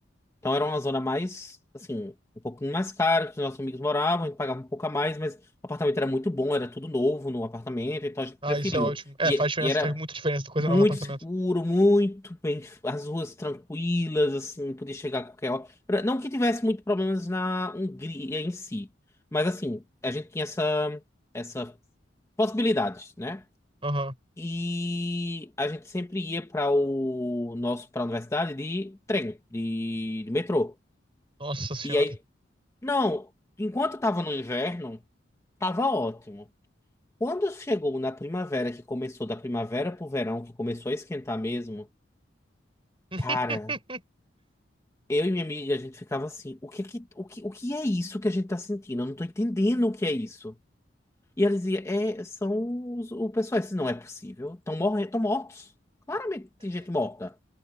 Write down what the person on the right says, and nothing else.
Ah,
isso é ótimo. É,
faz diferença,
faz muita diferença, coisa
nova no apartamento.
Aham.
Nossa senhora.
<laughs>